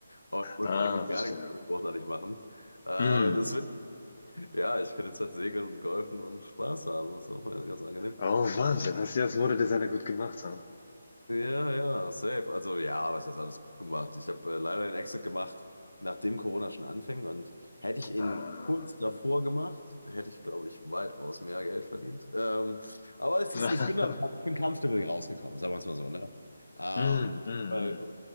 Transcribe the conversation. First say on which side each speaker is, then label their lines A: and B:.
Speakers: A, on the left; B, on the left.
A: Und ich muss
B: Ah,
A: eigentlich gar
B: verstehe.
A: nichts großartig machen. Äh,
B: Mhm.
A: deswegen, ja, ich kann jetzt halt segeln und golfen und Spaß haben. Das ist auch ganz angenehm.
B: Oh, Wahnsinn. Hast du das Modedesigner gut gemacht, ja?
A: Ja, ja, safe. Also ja, was hast alles gut gemacht? Ich habe äh, leider den Exit gemacht, nachdem Corona schon anfing und hätte ich ihn
B: Ah.
A: kurz davor gemacht, hätte ich, glaube ich, weitaus mehr Geld verdient. Ähm, aber es
B: <laughs>
A: ist, ich bin da, ich bin kampfstümmelig rausgekommen, sagen wir es mal so, ne? Ähm,
B: Mhm, mhm,
A: weil,